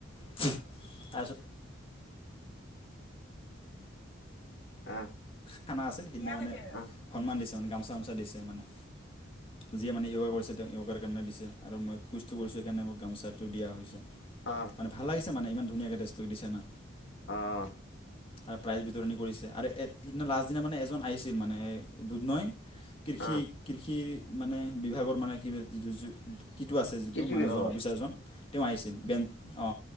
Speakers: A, on the left (about 25°); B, on the left (about 60°).
A: <inaudible> <inaudible>
B: অ অ
A: খানা‌ আছিলে, সেইদিনা
B: অ
A: মানে
B: অ অ
A: সন্মান দিছে মানে, গামোচা, গামোচা দিছে মানে, যিয়ে মানে ইয়গা কৰিছে, তেওঁ ইয়গাৰ কাৰণে দিছে। আৰু মই কোইজটো কৰিছোঁ সেইকাৰণে মোক গামোচাটো দিয়া হৈছে।
B: আ,
A: মানে‌ ভাল লাগিছে, মানে ইমান ধুনীয়াকে দেচ কৰি দিছে না।
B: অ,
A: আৰু প্ৰাইজ বিতৰণি কৰিছে আৰু সেইদিনা লাষ্ট দিনা মানে এজন আহিছিল মানে দুদনৈ কৃষি-
B: অ
A: কৃষি, মানে বিভাগৰ মানে <inaudible> কিটো আছে যিটো,
B: কৃষি
A: মানুহজন
B: বিভাগত
A: <inaudible> অ,